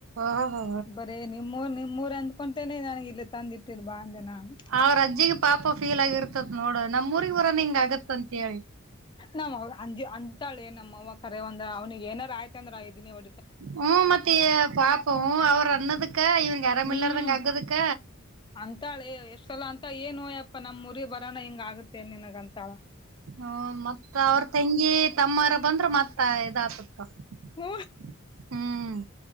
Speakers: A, on the right; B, on the left.
A: ಓಹೋ
B: ಬರೇ ನಿಮ್ಮೂರ್ ನಿಮ್ಮೂರ್ ಅಂದಕೊಂತೇನೆ ನನ್ಗೆ ಇಲ್ಲಿ ತಂದ್ ಇಟ್ಟಿದ್ ಬಾ ಅಂದೆ ನಾನು
A: ಅವ್ರ ಅಜ್ಜಿಗೆ ಪಾಪ ಫೀಲ್ ಆಗಿರ್ತತ್ ನೋಡ ನಮ್ ಊರ್ಗ್ ಬರನ್ ಹಿಂಗ್ ಆಗತ್ತ ಅಂತ ಹೇಳಿ
B: ನಮ್ಮ ಅವಗ ಅಂತಾಳೆ ನಮ್ಮ ಅವ್ವ ಕರೆ ಒಂದ ಅವನಿಗೆ ಏನರ ಆಯ್ತ ಅಂದ್ರ ಎದಿನೆ ಓ
A: ಹ್ಮ ಮತ್ತೆ ಪಾಪ ಹ ಅವರು ಅನ್ನದಕ್ಕ ಇವನ್ಗೆ ಯಾರಾಮ
B: ಹ್ಮ್
A: ಇಲ್ಲಾರದಂಗ ಆಗ್ಗದಕ್ಕ
B: ಅಂತಾಳೆ ಎಷ್ಟ್ ಸಲ ಅಂತ ಏನ್ ಹೋಯ್ಯಪ್ಪಾ ನಮ್ ಮುರಿ ಬರೋಣ ಹಿಂಗ ಆಗುತ್ತೆ ನಿನಗ ಅಂತ
A: ಹ ಮತ್ ಅವ್ರ ತೆಂಗಿ ತಮ್ಮರ ಬಂದ್ರೆ ಮತ್ತ ಇದ ಆತತಿ <unintelligible>
B: ಹ್ಮ
A: ಹ್ಮ್